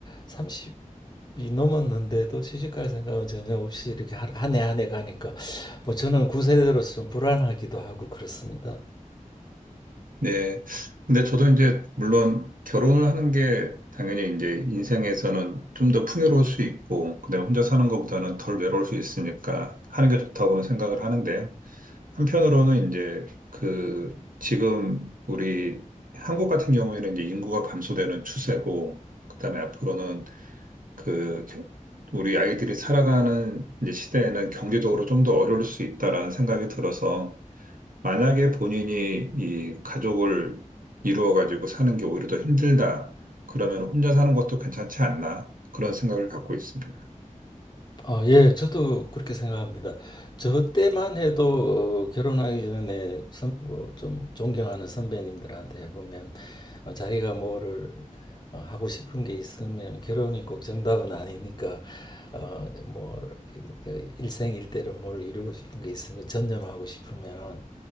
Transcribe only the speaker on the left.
30 이 넘었는데도 시집갈 생각은 전혀 없이 이렇게 한 해 한 해 가니까 뭐 저는 구세대로서 좀 불안하기도 하고 그렇습니다.
아, 예, 저도 그렇게 생각합니다. 저 때만 해도 어, 결혼하기 전에 선, 어, 좀 존경하는 선배님들한테 해보면 어, 자기가 뭐를 어, 하고 싶은 게 있으면 결혼이 꼭 정답은 아니니까 어, 뭐 그 일생일대로 뭘 이루고 싶은 게 있으면 전념하고 싶으면